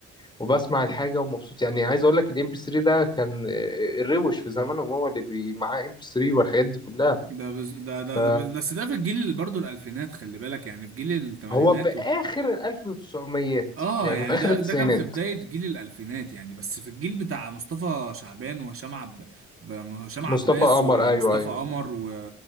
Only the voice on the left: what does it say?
وبسمع الحاجة ومبسوط يعني عايز اقول لك الام بي 3 ده كان آه، الروش في زمانهم هو اللي بي- معاه ام بي 3 والحاجات دي كلها
ف
هو في
اخر الالف وتسعميات
يعني
في اخر
التسعينات
مصطفى
قمر
ايوه ايوه